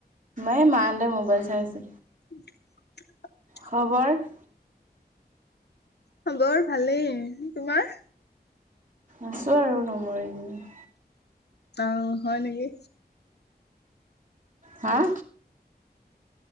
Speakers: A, on the right (about 50°); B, on the left (about 80°).
A: এই মা হঁতে মোবাইল চাই আছে।
B: <unintelligible>
A: খবৰ
B: খবৰ ভালেই তোমাৰ?
A: আছোঁ আৰু নমৰি জীয়াই
B: অ হয় নেকি?
A: হা